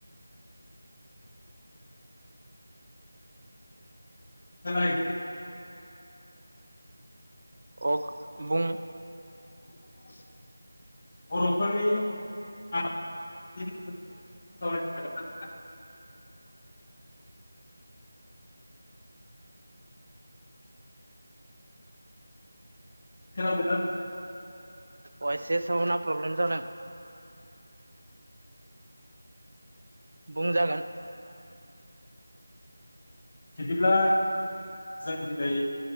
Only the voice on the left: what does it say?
<unintelligible>
बर'फोरनि <unintelligible> सोमोन्दै सावरायनो हागोन ना नोंथां खोनादोंना नोंथां
बिदिब्ला जों दिनै